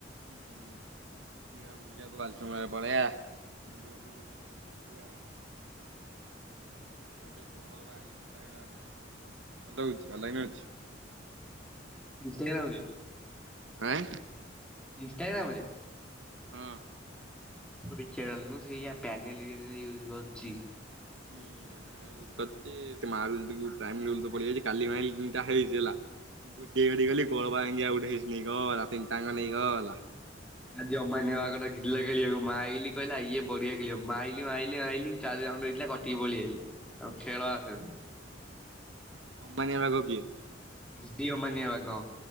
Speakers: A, on the right; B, in the centre.
A: ହୁଁ ଯିବା ବୁଲିବାକୁ ବଟ ମଙ୍ଗଳା ପଳେଇଆ ବୁଲିବାଲିକି ସେଉଠୁ ଆସିବା ଆଉ। ଆଉ ଯୋଉ କଣ ବା ଇନଷ୍ଟାଗ୍ରାମ୍ ଚଲଉଛି ଅନଲାଇନ୍ ଅଛି?
B: ଇନଷ୍ଟାଗ୍ରାମ୍ ରେ?
A: ଆଁ।
B: ଇନଷ୍ଟାଗ୍ରାମ୍ ରେ।
A: ହଁ।
B: ଦେଖିଆ ଗଲନୁ ସେ ପ୍ୟାନେଲ ୟୁଜ କରୁଛି।
A: <unintelligible>
B: ଆଜି ଅମାନ୍ୟ ବାଗଟା ଗିିଲା ଖେଳିବାକୁ ମା ଆଇି କହିଲା ଇଏ ବଢିଆ ଖେଳ ମାଇଇଇ ଚାରି ରାଉଣ୍ଡିଲା କଟିକି ପଳେଇଆଇଲି ଆଉ ଖେଳ ଆସେନି।
A: କମ୍ପାନୀ ଭାଗ କିଏ?
B: ଦିଅ ମାନ ବାଗ